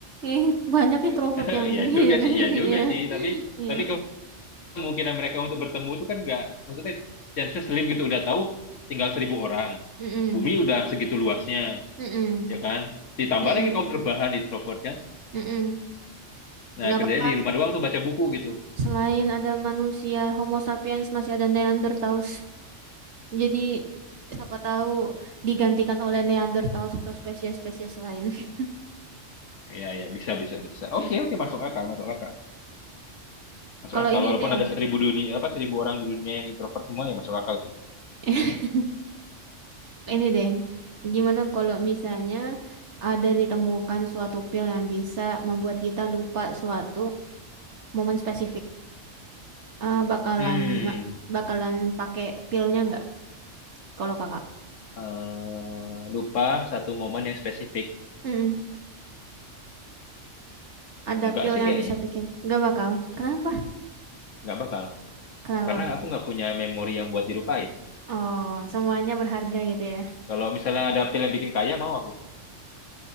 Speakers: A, on the right; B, on the left.
A: Eh, <laughs> banyak
B: <laughs>
A: introvert yang
B: Iya
A: <laughs>
B: juga
A: yang nggak
B: sih,
A: sih
B: iya juga
A: ya.
B: sih. Tapi
A: Iya.
B: tapi kemungkinan mereka untuk bertemu itu kan nggak maksudnya chance slim gitu udah tahu tinggal seribu orang
A: Mm-mm.
B: bumi udah segitu luasnya
A: Mm-mm.
B: ya kan ditambah
A: Mm-mm.
B: lagi kaum rebahan introvert kan
A: Mm-mm.
B: nah
A: Nggak
B: kerjanya
A: apa-apa.
B: di rumah doang tuh baca buku gitu
A: Selain ada manusia Homo sapiens masih ada Neanderthals. Jadi siapa tahu digantikan oleh Neanderthal atau spesies-spesies lain. <laughs>
B: ya ya bisa bisa bisa
A: Mm.
B: oke oke masuk akal masuk akal masuk
A: Kalau
B: akal
A: ini
B: walaupun
A: deh,
B: ada seribu dunia apa seribu orang di dunia yang introvert semua ya masuk akal sih
A: <laughs> ini deh, gimana kalau misalnya ada ditemukan suatu pil yang bisa membuat kita lupa suatu momen spesifik? Eh, bakalan
B: hmm
A: nggak bakalan pakai pilnya nggak? Kalau kakak?
B: eh, lupa satu momen yang spesifik
A: Mm-mm. Ada
B: enggak
A: pil
B: sih
A: yang
B: kayaknya
A: bisa bikin? Nggak bakal. Kenapa?
B: nggak bakal
A: Kenapa?
B: karena aku nggak punya memori yang buat dilupain
A: Oh, semuanya berharga gitu ya? <laughs>
B: kalau misalnya ada film bikin kaya mau aku